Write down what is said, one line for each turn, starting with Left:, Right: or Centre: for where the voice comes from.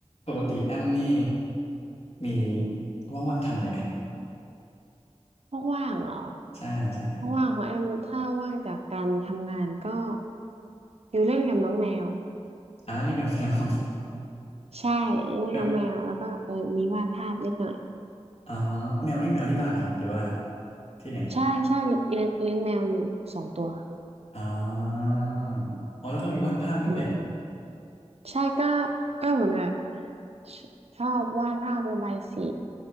Left: ปกติแอมนี่มีว่างๆทำอะไรไหม
Right: ว่างๆเหรอ
Left: ใช่ใช่
Right: ว่างๆของแอมถ้าว่างจากการทำงานก็อยู่เล่นกับน้องแมว
Left: อ่าเล่นกับแมว <laughs>
Right: ใช่เล่นกับแมวแล้วก็เออมีวาดภาพนิดหน่อย
Left: ก็อ๋อแมวนี่แมวที่บ้านเหรอครับหรือว่าที่ไหน
Right: ใช่ใช่เลี้ยงเลี้ยงแมวอยู่สองตัว
Left: อ๋ออ๋อแล้วก็มีวาดภาพด้วย
Right: อืมใช่ก็ก็เหมือนแบบชชอบวาดภาพระบายสี